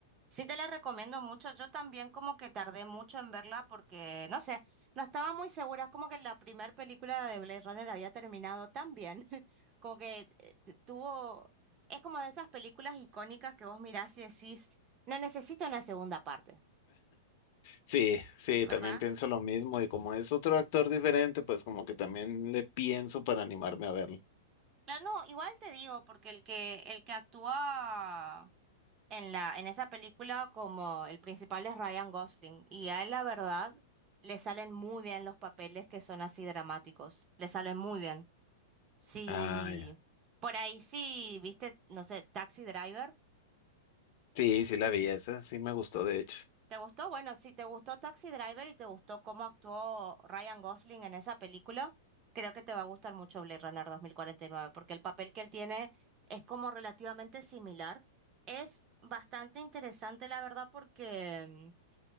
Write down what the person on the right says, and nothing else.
sí te la recomiendo mucho. Yo también como que tardé mucho en verla porque, no sé, no estaba muy segura. Es como que la primera película de Blade Runner había terminado tan bien. <laughs> Como que eh, t- tuvo... Es como de esas películas icónicas que vos mirás y decís, no necesito una segunda parte,
¿verdad?
Claro, no, igual te digo, porque el que, el que actúa en la, en esa película como el principal es Ryan Gosling, y a él la verdad le salen muy bien los papeles que son así dramáticos, le salen muy bien. Sí,
por ahí sí, viste, no sé, Taxi Driver.
¿Te gustó? Bueno, si te gustó Taxi Driver y te gustó cómo actuó Ryan Gosling en esa película, creo que te va a gustar mucho Blade Runner 2049, porque el papel que él tiene es como relativamente similar. Es bastante interesante, la verdad, porque mm,